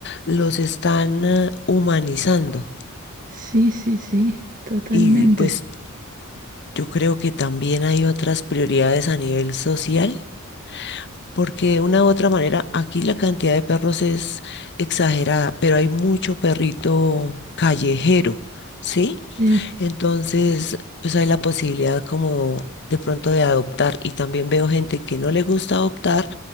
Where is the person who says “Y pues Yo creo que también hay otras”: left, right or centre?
Left